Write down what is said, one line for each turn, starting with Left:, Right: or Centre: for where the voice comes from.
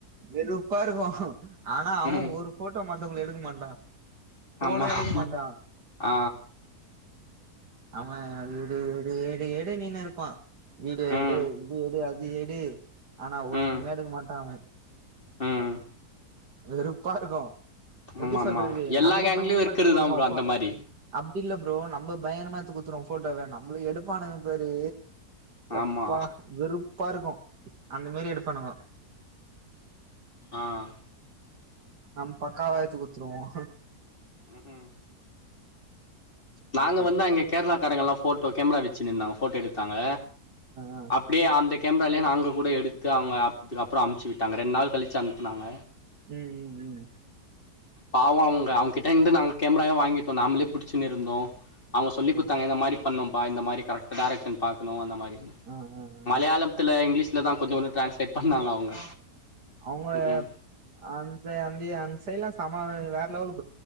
Right: வெறுப்பா இருக்கும் ஆனா அவே
Left: ம்
Right: ஒரு போட்டோ மத்தவங்கல எடுக்க மாட்டான் போனே
Left: ஆமா
Right: எடுக்க
Left: ஆமா
Right: மாட்டான்
Left: ஆ
Right: ஆமா எடு எடுஎடு எடு நீன்னுனு இருப்பான் வீடியோ
Left: ம்
Right: எடு இது எடு அது எடு ஆனா ஒண்ணுமே
Left: ம்
Right: எடுக்க மாட்டான் அவன்
Left: ம்
Right: வெறுப்பாருக்கும் எப்டி
Left: ஆமா
Right: சொல்றது
Left: ஆமா எல்லா
Right: நம்ப
Left: கேங்லயு
Right: பயங்கரமா
Left: இருக்கிறது
Right: எடுத்து கொடுப்போம்
Left: தா ப்ரோ அந்த
Right: போன்ல
Left: மாரி
Right: அப் அப்டி இல்ல ப்ரோ நம்ப பயங்கரமா எடுத்து குடுத்துறுவோம் போட்டோவ நம்மளுக்கு எடுப்பானுங்க பாரு
Left: ஆமா
Right: எப்பா வெறுப்பா இருக்கும் அந்த மாரி எடுப்பானுங்க
Left: ஆஹ்
Right: நம் பக்காவா எடுத்து குடுத்துருவோம்
Left: உம் உம் நாங்க
Right: ஆ
Left: வந்து அங்க கேரளக்காரங்கலாம் போட்டோ கேமரா வச்சு நின்னாங்க போட்டோ எடுத்தாங்க
Right: ஆ
Left: அப்டியே அந்த கேமரால்லேயே நாங்க கூட எடுத்து அவங்க ஆப்புது அப்புற அனுப்ச்சி விட்டாங்க ரெண்டு நாள் கழிச்சி அனுப்புனாங்க
Right: ம் ம் ம்
Left: பாவம் அவங்க அவங்ககிட்ட இருந்து நாங்க கேமராவ வாங்கிட்டோம் நாம்ளே புடிச்சின்னு இருந்தோம் அவங்க சொல்லி குடுத்தாங்க
Right: ஆ
Left: இந்த மாதிரி பண்ணணும்பா இந்த மாதிரி கரெட் டைரக்க்ஷன் பாக்கணும் அந்த மாரி
Right: ஆ ஆ ஆ
Left: மலையாளத்துல இங்கிலீஷ்லதான் கொஞ்சம் கொஞ்சம் ட்ரான்ஸ்லேட் பண்ணாங்க அவங்க
Right: அவங்க
Left: ம்
Right: அந்த அந்த அந்த சைடலாம் செம வேற லவல்